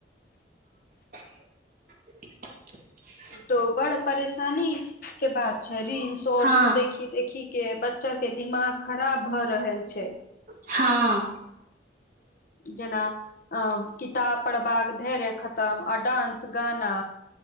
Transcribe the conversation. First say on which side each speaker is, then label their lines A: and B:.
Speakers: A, on the right; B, on the left.
A: <inaudible>
B: ई ते बड़ परेशानी के बात छै, रील शॉर्ट्स
A: हँ
B: देखी के बच्चाके दिमाग खराब भऽ रहल छै
A: हँ।
B: जेना किताब पढ़बाक धैर्य खतम डान्स गाना।